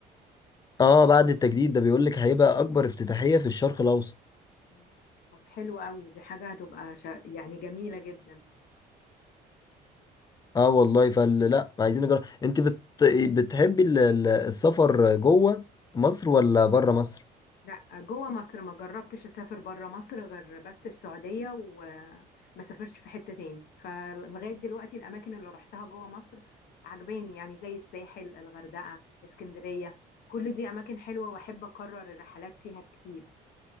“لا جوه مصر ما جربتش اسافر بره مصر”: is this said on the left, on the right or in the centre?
Left